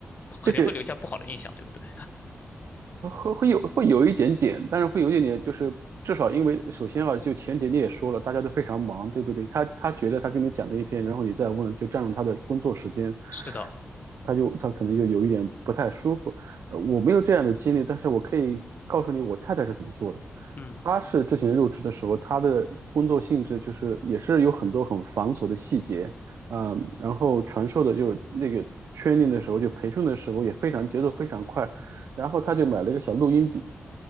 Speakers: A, on the left; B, on the right.
A: 肯定会留下不好的印象，
B: 这个。
A: 对不对？
B: 会会有会有一点点，但是会有一点点，就是至少因为首先啊，就前提你也说了，大家都非常忙，对不对？他他觉得他跟你讲了一篇，然后你再问，就占用他的工作时间，
A: 是的，
B: 他就他可能就有一点不太舒服。呃，我没有这样的经历，但是我可以告诉你我太太是怎么做的。
A: 嗯，
B: 他是之前入职的时候，他的工作性质就是也是有很多很繁琐的细节，嗯，然后传授的就是那个 training 的时候，就培训的时候也非常节奏非常快，然后他就买了一个小录音笔，